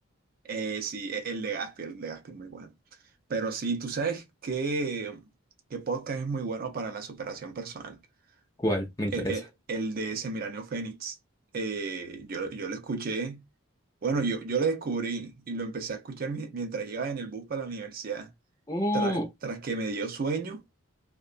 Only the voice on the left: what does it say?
¿Cuál? Me
interesa.
Mm,